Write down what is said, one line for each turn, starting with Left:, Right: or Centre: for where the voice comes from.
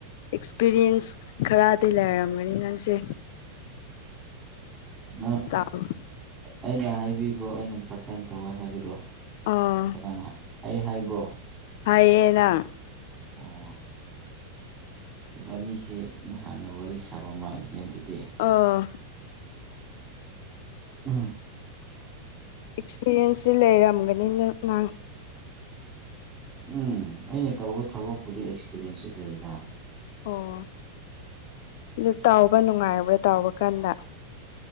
Left: ꯑꯦꯛꯁꯄꯤꯔꯤꯌꯦꯟꯁ ꯈꯔꯗꯤ ꯂꯩꯔꯝꯃꯅꯤ ꯅꯪꯁꯦ
Right: ꯅꯪ
Left: ꯇꯥꯎ
Right: ꯑꯩꯅ ꯍꯥꯏꯕꯤꯕ꯭ꯔꯣ ꯑꯩꯅ ꯄꯥꯔꯠ ꯇꯥꯏꯝ ꯇꯧꯋꯦ ꯍꯥꯏꯕꯗꯣ
Left: ꯑꯣ
Right: ꯀꯅꯥꯅ ꯑꯩ ꯍꯥꯏꯕ꯭ꯔꯣ
Left: ꯍꯥꯏꯌꯦ ꯅꯪ
Right: ꯑꯣ ꯏꯕꯥꯅꯤꯁꯦ ꯑꯩꯅ ꯍꯥꯟꯅ ꯋꯥꯔꯤ ꯁꯥꯕ ꯃꯥꯥꯜꯂꯤꯅꯦ ꯑꯗꯨꯗꯤ
Left: ꯑꯥ
Right: ꯎꯨꯝ
Left: ꯑꯦꯛꯁꯄꯤꯔꯤꯌꯦꯟꯁꯇꯤ ꯂꯩꯔꯝꯒꯅꯤ ꯅꯪ ꯅꯪ
Right: ꯎꯝ ꯑꯩꯅ ꯇꯧꯕ ꯊꯕꯛꯄꯨꯗꯤ ꯑꯦꯛꯁꯄꯤꯔꯤꯟꯁꯇꯤ ꯂꯩꯗꯥ
Left: ꯑꯣ ꯑꯗꯨ ꯇꯧꯕ ꯅꯨꯡꯉꯥꯏꯕ꯭ꯔꯥ ꯇꯧꯕ ꯀꯟꯅ